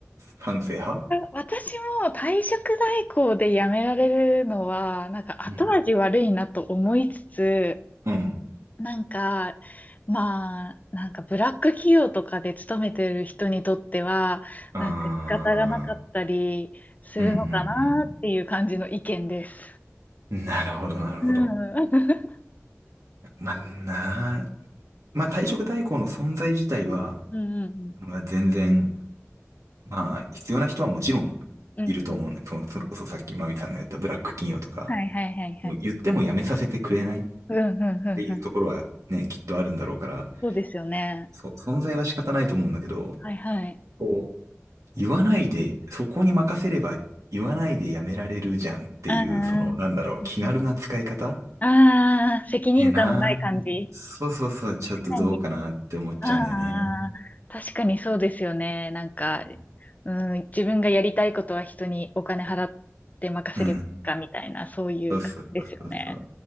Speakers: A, on the right; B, on the left.
A: 賛成派
B: 私も退職代行で辞められるのは、なんか後味悪いなと思いつつ、
A: うんうん。
B: なんか、まあ、なんかブラック企業とかで勤めてる人にとっては、
A: ああ、
B: なんか仕方がなかったりするのかなっていう感じの意見です。
A: うんうんうんうんなるほど、なるほど。
B: うん。<laughs>
A: まあ、なあ、まあ退職代行の存在自体は、
B: うんうん
A: 俺は全然まあ、必要な人はもちろんいると思うね。
B: うん。うんうん。
A: その、それこそさっきマミさんが言ったブラック企業とか、
B: はいはいはいはい。
A: もう言ってもやめさせてくれないっ
B: うんうんうんうん。
A: ていうところはね、きっとあるんだろうから、
B: そうですよね。
A: そう、存在は仕方ないと思うんだけど、
B: はいはい。
A: こう、言わないで、そこに任せれば言わないでやめられるじゃんっていう、
B: ああうんうん。
A: その、なんだろう、気軽な使い方っ
B: ああ責任感のない感じ。
A: てな、そうそうそう、ちょっとどうかなって思っちゃうんだよね。
B: 確かに。ああ、確かにそうですよね。なんか、
A: うん。
B: うん、自分がやりたいことは人にお金払って任せればいいかみたいな、
A: うん
B: そういう感じですよね。
A: そうそうそうそうそう。